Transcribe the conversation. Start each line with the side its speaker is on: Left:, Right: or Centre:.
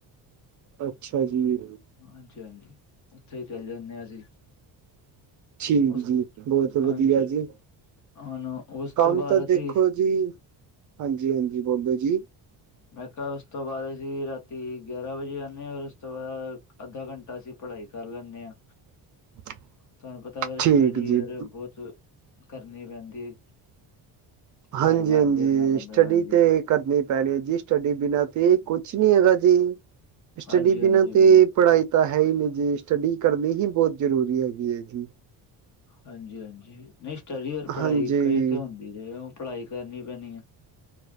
Right: ਅੱਛਾ ਜੀ,
Left: ਹਾਂਜੀ ਹਾਂਜੀ ਉੱਥੇ ਹੀ ਚਲੇ ਜਾਂਦੇ ਹਾਂ ਅਸੀਂ
Right: <unintelligible> ਠੀਕ
Left: ਉਸ
Right: ਜੀ, ਬਹੁਤ ਵਧੀਆ
Left: ਹਾਂਜੀ
Right: ਜੀ
Left: ਹੁਣ ਉਸ
Right: ਕੰਮ
Left: ਤੋਂ ਬਾਅਦ
Right: ਤਾਂ
Left: ਅਸੀਂ
Right: ਦੇਖੋ ਜੀ, ਹਾਂਜੀ ਹਾਂਜੀ, ਬੋਬਾ ਜੀ
Left: ਮੈਂ ਕਿਹਾ ਉਸ ਤੋਂ ਬਾਅਦ ਅਸੀਂ ਰਾਤੀ ਗਿਆਰਾਂ ਵਜੇ ਆਦੇ ਹਾਂ ਔਰ ਉਸ ਤੋਂ ਬਾਅਦ ਅੱਧਾ ਘੰਟਾ ਅਸੀਂ। ਪੜ੍ਹਾਈ ਕਰ ਲੈਂਦੇ ਹਾਂ
Right: <unintelligible>
Left: ਤੁਹਾਨੂੰ ਪਤਾ ਵ ਸਟੱਡੀ
Right: ਠੀਕ ਜੀ
Left: ਬਹੁਤ ਕਰਨੀ ਪੈਂਦੀ ਹੈ।
Right: ਹਾਂਜੀ
Left: ਘਰ ਬਾਰ
Right: ਹਾਂਜੀ,
Left: ਦੇਖਣਾ ਪੈਂਦਾ
Right: ਸਟੱਡੀ
Left: ਹਾਂਜੀ
Right: ਤੇ, ਕਰਨੀ ਪੈਣੀ ਹੈ, ਜੀ ਸਟੱਡੀ ਬਿਨਾਂ ਤੇ ਕੁਛ, ਨੀ ਹੈਗਾ ਜੀ। ਸਟੱਡੀ
Left: ਹਾਂਜੀ
Right: ਬਿਨਾਂ
Left: ਹਾਂਜੀ
Right: ਤੇ,
Left: ਬਿਲਕੁਲ
Right: ਪੜ੍ਹਾਈ ਤਾਂ ਹੈ ਹੀ ਨਹੀਂ ਜੀ ਸਟੱਡੀ ਕਰਨੀ ਹੀ ਬਹੁਤ ਜ਼ਰੂਰੀ ਹੈਗੀ ਹੈ ਜੀ।
Left: ਹਾਂਜੀ ਹਾਂਜੀ, ਨਹੀਂ ਸਟੱਡੀ ਔਰ
Right: ਹਾਂਜੀ।
Left: ਪੜ੍ਹਾਈ ਕਈ ਤੇ ਹੁਣ, ਉਹ ਪੜ੍ਹਾਈ ਕਰਨੀ ਪੈਣੀ ਆ।